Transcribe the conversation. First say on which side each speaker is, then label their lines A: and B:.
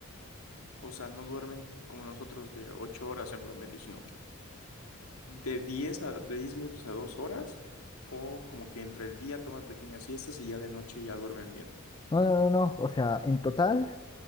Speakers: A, on the left; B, on the left.
A: O sea, no duermen como nosotros que ocho horas en promedio, sino que de diez a, de 10 minutos a dos horas, o como que entre el día toman pequeñas siestas y ya de noche ya duermen bien.
B: No, no, no, no. O sea, en total,